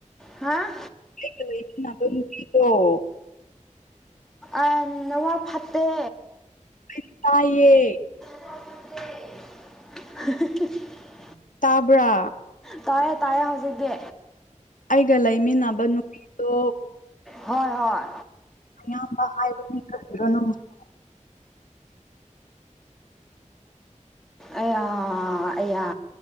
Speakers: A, in the centre; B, on the left.
A: ꯍꯥ
B: ꯑꯩꯒ‌ ꯂꯩꯃꯤꯟꯅꯕ ꯅꯨꯄꯤꯗꫭ
A: ꯑꯥ ꯅꯋꯥ ꯐꯠꯇꯦ
B: ꯑꯩ ꯇꯥꯏꯌꯦ
A: <unintelligible>
B: ꯇꯥꯕ꯭ꯔ
A: ꯇꯥꯔꯦ ꯇꯥꯔꯦ ꯍꯧꯖꯤꯛꯇꯤ
B: ꯑꯩꯒ ꯂꯩꯃꯤꯟꯅꯕ ꯅꯨꯄꯤꯗꯣ
A: ꯍꯣꯏ ꯍꯣꯏ
B: ꯃꯌꯥꯝꯕ ꯍꯥꯏꯕꯅꯤ <unintelligible>
A: ꯑꯌꯥ ꯑꯌꯥ